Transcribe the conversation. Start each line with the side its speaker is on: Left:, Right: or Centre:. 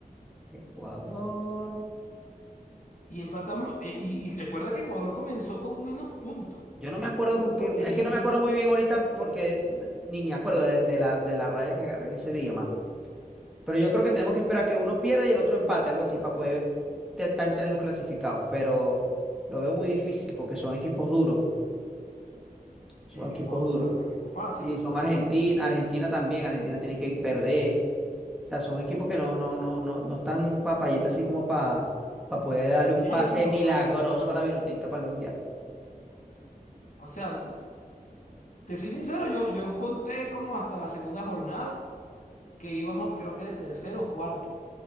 Centre: Ecuador.
Left: Y empatamos. eh, y, y recuerda que Ecuador comenzó con menos puntos.
Centre: Yo no me acuerdo
Left: El
Centre: con
Left: único
Centre: qué,
Left: país
Centre: es
Left: que
Centre: que
Left: comenzó
Centre: no me acuerdo
Left: con
Centre: muy
Left: menos.
Centre: bien ahorita porque ni me acuerdo de, de la, de la raya que agarré en ese día, mano. Pero yo creo que tenemos que esperar que uno pierda y el otro empate, algo así, para poder te- estar entre los clasificados. Pero lo veo muy difícil porque son equipos duros, son
Left: Es
Centre: equipos
Left: que Ecuador
Centre: duros.
Left: no es un equipo fácil,
Centre: Y
Left: Ecuador
Centre: son Argentina,
Left: es un equipo que
Centre: Argentina también, Argentina tiene que perder. O sea, son equipos que no, no, no, no, no están papayitas así como para poder
Left: a
Centre: darle
Left: decir,
Centre: un pase
Left: ay, sí, nos
Centre: milagroso
Left: clasificamos.
Centre: a la Vinotinta para el Mundial.
Left: O sea, te soy sincero, yo, yo conté como hasta la segunda jornada que íbamos, creo que de tercero o cuarto.